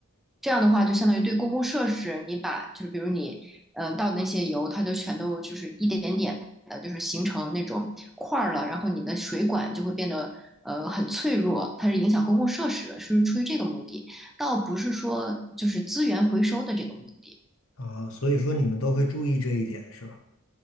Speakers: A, in the centre; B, on the left.
A: 这样的话，就相当于对公共设施，你把就是比如你嗯、呃倒的那些油，它就全都就是一点点的，就是形成那种块儿了，然后你的水管就会变得呃很脆弱，它是影响公共设施的，是出于这个目的，倒不是说就是资源回收的这个目的。
B: 啊，所以说你们都会注意这一点，是吧？